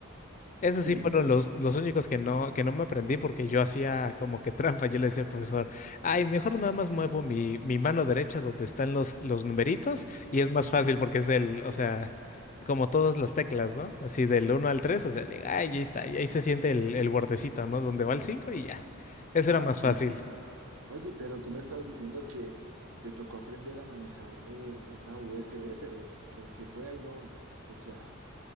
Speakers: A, on the left; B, on the right.
A: Esos
B: Sí,
A: sí fueron los, los únicos que no, que no me aprendí porque yo hacía como que trampa. Yo le decía al profesor, ay, mejor nada más muevo mi, mi mano derecha donde están los, los numeritos y es más fácil porque es del, o sea, como todas las teclas, ¿no? Así del uno al tres o sea, de, ay, ahí está, y ahí se siente el, el bordecito, ¿no? Donde va el 5 y ya. Eso
B: ah,
A: era más
B: sí,
A: fácil.
B: sí, sí. Oye, pero tú me estabas diciendo que te tocó aprender a manejar eh, una USB, pero que, que pueda uno, o sea,